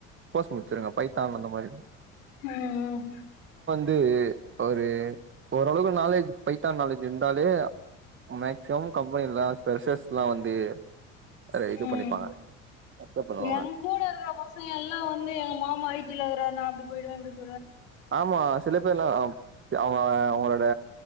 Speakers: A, on the right; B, on the left.
A: கோர்ஸ் முச்சிருங்க பைத்தான் அந்த மாரி
B: ம்
A: து ஒரு ஒரளவுக்கு நாலேஜ் பைத்தான் நாலேஜ் இருந்தாலே மேக்சிமம் கம்பெனிலா ப்ரஸ்சஸ்லா வந்து அத இது
B: ம்
A: பண்ணிப்பாங்க அக்சப்ட் பண்ணுவாங்க
B: எங்க கூடருக்கற பசங்க எல்லாம் வந்து எங் மாமா ஐடில இருக்ராரு நா அப்டி போய்டுவ இப்டி போய்
A: ஆமா சில பேர்லா அவங்க ஆ அவங்ளோட